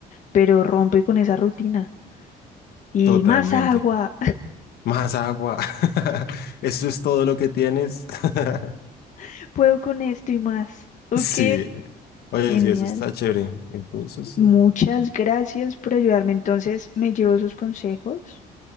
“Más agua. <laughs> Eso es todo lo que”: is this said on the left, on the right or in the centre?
Left